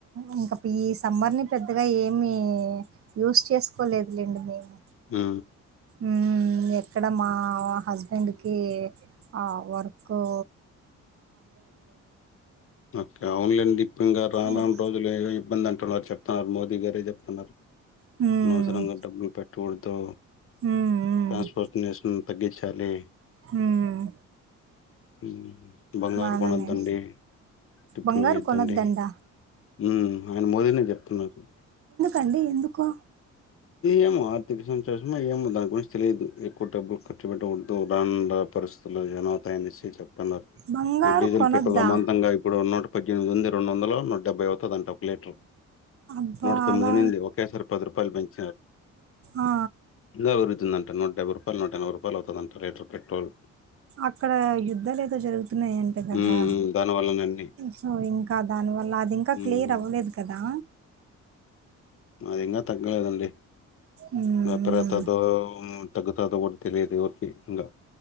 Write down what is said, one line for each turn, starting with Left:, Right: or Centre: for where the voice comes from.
Right: ఇంకా ఈ సమ్మర్ ని పెద్దగా ఏ ఏమి యూస్ చేసుకోలేదులేండి మేము
Left: ఆ
Right: హ్మ్. ఎక్కడ మా హస్బెండ్కిఆ వర్క్లో
Left: ఓకే ఆన్లైన్లే ఇప్పఇంగా రాంరాన్
Right: హ్మ్.
Left: రోజులుో ఇబ్బంది అంటున్నారు చెప్ప ఆ మోదీ గారే చెప్తున్నారు
Right: హ్మ్.
Left: అనవసరంగా డబ్బులు పెట్టవద్దు
Right: హ్మ్.
Left: ట్రాన్స్పోర్ట్ నేషను తగ్గించాలి
Right: హ్మ్.
Left: హ్మ్ బంగారు
Right: బాననే
Left: కొనద్దండి ట్రిప్పులు
Right: బంగారు
Left: వయద్దండి
Right: కొనొద్దంట.
Left: హ్మ్ ఆయన మోదీనే చెప్తున్నారు
Right: అండి ఎందుకు
Left: ఏమో ఆర్థిక సెన్సేషన్ ఏమో దాని గురించి తెలియదు ఎక్కువ డబ్బులు ఖర్చు పెట్టకడదు రాం పరిస్థితుల్లో జనవుతాయనిసి చెప్తున్నారు
Right: బంగారు
Left: ఈ డీజిల్
Right: కొనొద్దా?
Left: పెట్రోల్ అమామంతంగా ఇప్పుడున్నూట పద్దెనిమిది వంది రెండు వందలు నూట డెబ్బై అవుతుంది అంటే ఒక లీటర్
Right: అబ్బా!
Left: నూట తొమ్మిది
Right: అలా
Left: నిండి ఒకేసారి పది రూపాయలు పెంచి నారు
Right: ఆ!
Left: ఇగ పెరుగుతుందంట నూటటేవ్ పెట్రోల్ నూట ఎన్బాయ్ రూపాయలు అవుతుందంటాేర్ పెటోల్
Right: అక్కడ యుద్ధాలు ఏదో జరుగుతున్నాయంటే కదా
Left: ఉమ్ ఉమ్, దాని వల్లనే అన్ని
Right: సో ఇంకా దానివల్ల అది ఇంకా
Left: ఉమ్
Right: క్లియర్ అవ్వలేదు కదా
Left: అయినా తగ్గలేదండి <unintelligible>
Right: హ్మ్. హ్మ్.
Left: తగ్గు తర్త కూడా తెలియదు ఎవర్కి ఇంకా